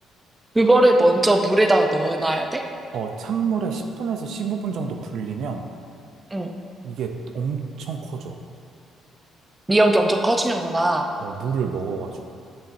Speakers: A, on the right (about 15°); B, on the right (about 70°).
A: 그거를 먼저 물에다가 넣어놔야 돼?
B: 어, 찬물에 10분에서 15분 정도 불리면
A: 응.
B: 이게 엄청 커져.
A: 미역이 엄청 커지는구나.
B: 어, 물을 먹어가지고.